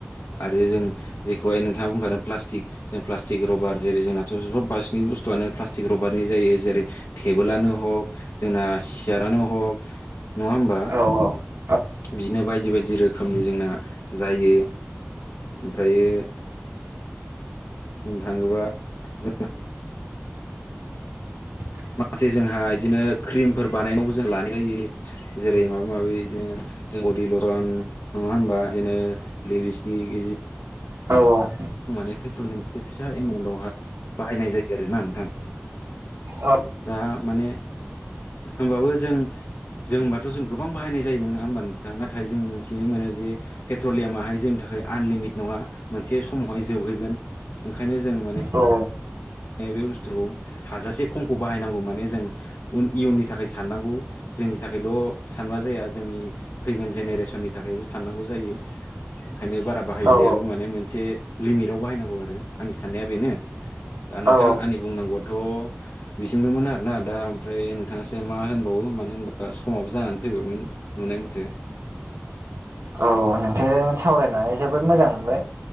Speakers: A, on the left (about 70°); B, on the right (about 75°).
A: आरो जों जेखौहाय नोंथाङा बुंखादों प्लास्टिक जों प्लास्टिक रबार जेरै जोंनाथ' जब बा बिसिनि बुस्थुआनो प्लास्टिक रबारनि जायो जेरै टेबोलानो हक जोंना सियारानो हक नङा होमबा
B: अ
A: बिदिनो बायदि बायदि रोखोमनि जोंना जायो ओमफ्रायो बुंनो थाङोबा जों
B: <unintelligible>
A: माखासे जोंहा बिदिनो क्रिमफोर बानायनावबो जों लानाय जायो जेरै माबा माबि बिदिनो जों गदि लरन नङा होनबा जदिनो लिभस्क
B: औ औ
A: माने पेट्रलियाम मोनसे फिसा एमाउन्टावहाय बाहायनाय जायो आरोना नोंथां
B: औ
A: दा माने होनबाबो जों जों होनबाथ' जों गोबां बाहायनाय जायो नोङो होमबा नोंथां नाथाय जों मिथिनो मोनो जे पेट्रलियामाहाय जोंनि थाखाय आनलिमिटे नङा मोनसे समावहाय जोबहैगोन ओंखायनो जों माने
B: औ
A: नै बे बुस्थुखौ हाजासे खमखौ बाहायनांगौ माने जोंन इयुननि थाखाय साननांगौ जोंनि थाखायल' सानबा जाया जोंनि फैगोन जेनेरेसननि थाखायबो साननांगौ जायो ओंखायनो बारा बाहायजायाबो
B: औ
A: माने मोनसे लिमिटआव बाहायनांगौ आरो आंनि साननाया बेनो दा नोंथां
B: औ
A: आंनि बुंनांगौ थ' बिजोंमदोंमोन आरोना दा ओमफ्राय नोंथाङासो मा होनबावो मानो होनबा समाब जानानै जमोन नुनाय मथे
B: औ। नोंथांजों सावरायनानै जोबोद मोजां मोनबाय